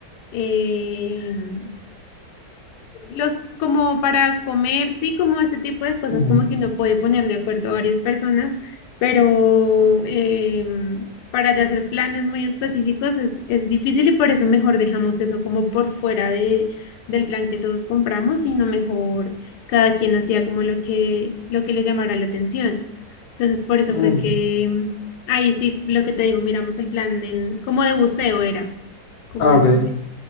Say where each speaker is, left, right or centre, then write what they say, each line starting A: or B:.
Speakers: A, on the left (about 85°); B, on the left (about 70°).
A: em, los como para comer, sí, como ese tipo de cosas,
B: Ujú.
A: como que uno puede poner de acuerdo a varias personas, pero em, para ya hacer planes muy específicos es, es difícil y por eso mejor dejamos eso como por fuera de, del plan que todos compramos, sino mejor cada quien hacía como lo que, lo que le llamara la atención. Entonces, por eso
B: Mm.
A: fue que em, ahí sí, lo que te digo, miramos el plan en, como de buceo era, como
B: Ah,
A: de
B: ok.
A: buceo.